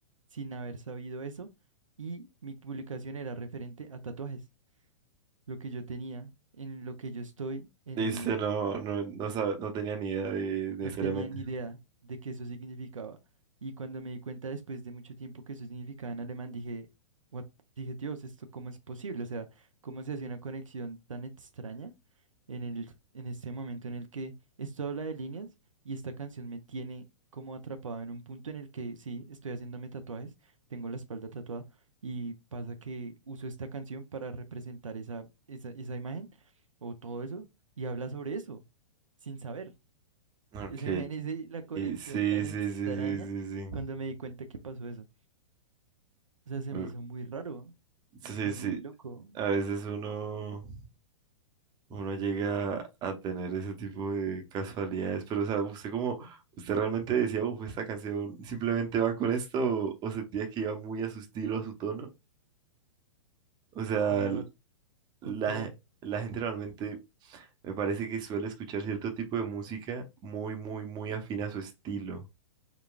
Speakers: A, on the right (about 80°); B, on the right (about 25°).
A: sin haber sabido eso y mi publicación era referente a tatuajes, lo que yo tenía, en lo que yo estoy, en
B: Dice,
A: el,
B: no, no, no, sab- no tenía ni idea de de necesariamente.
A: no tenía ni idea de qué eso significaba. Y cuando me di cuenta después de mucho tiempo que eso significaba en alemán, dije, "What?". Dije, Dios, ¿esto cómo es posible? O sea, ¿cómo se hace una conexión tan extraña en el, en este momento en el que esto habla de líneas y esta canción me tiene como atrapado en un punto en el que sí, estoy haciéndome tatuajes, tengo la espalda tatuada y pasa que uso esta canción para representar esa, esa, esa imagen o todo eso y habla sobre eso sin saber.
B: Ok,
A: O sea, imagínese la conexión
B: sí, sí,
A: tan
B: sí,
A: extraña
B: sí, sí, sí.
A: cuando me di cuenta que pasó eso. O sea, se
B: Uh,
A: me hizo muy raro,
B: Sí,
A: fue
B: sí.
A: muy loco
B: A veces uno, uno llega a tener ese tipo de casualidades, pero o sea, usted como, usted realmente decía, uff, esta canción simplemente va con esto, o, o sentía que iba muy a su estilo, a su tono. O sea,
A: y
B: l-
A: iba con
B: la,
A: todo,
B: la gente realmente me parece que suele escuchar cierto tipo de música muy, muy, muy afín a su estilo.